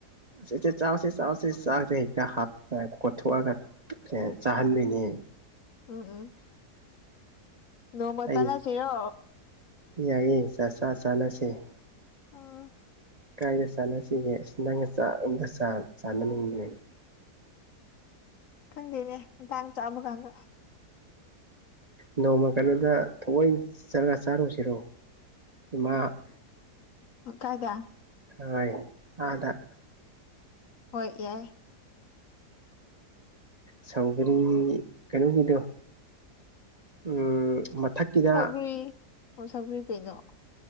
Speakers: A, on the right; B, on the left.
A: ꯏ ꯏꯆꯦ ꯆꯥꯎꯁꯤꯦ ꯆꯥꯎꯁꯤꯦ ꯆꯥꯛꯁꯦ ꯍꯦꯛꯇ ꯍꯥꯞ ꯈꯣꯊꯣꯛꯑꯒ ꯑꯦ ꯆꯥꯍꯟꯗꯣꯏꯅꯦ
B: ꯑꯣ ꯑꯣ ꯅꯣꯡꯃ
A: ꯑꯩꯗꯤ
B: ꯆꯂ ꯁꯤꯦꯔꯣ
A: ꯌꯥꯏꯌꯦ ꯆꯥꯛ ꯆꯥ ꯆꯥꯅꯁꯦ
B: ꯑꯥ
A: ꯀꯥꯏꯗ ꯆꯥꯅꯁꯤꯒꯦ ꯑꯁꯤ ꯅꯪꯒ ꯆꯥꯛ ꯑꯝꯇ ꯆꯥꯅꯅꯤꯡꯕꯅꯦꯕ
B: ꯈꯪꯗꯦꯅꯦ ꯃꯇꯥꯡ ꯆꯥꯕ ꯀꯥꯟꯗ
A: ꯅꯣꯡꯃ ꯀꯩꯅꯗ ꯊꯑꯣꯏ ꯆꯔꯒ ꯆꯥꯔꯨꯁꯤꯔꯣ ꯏꯃꯥ
B: ꯎ ꯀꯥꯏꯗ
A: ꯍꯣꯏ ꯑꯥꯗ
B: ꯍꯣꯏ ꯌꯥꯏ
A: ꯁꯧꯒꯔꯤ ꯀꯩꯅꯣꯒꯤꯗꯣ ꯎꯝ ꯃꯊꯛꯀꯤꯗ
B: ꯁꯧꯒ꯭ꯔꯤ ꯑꯣ ꯁꯧꯒ꯭ꯔꯤ ꯀꯩꯅꯣ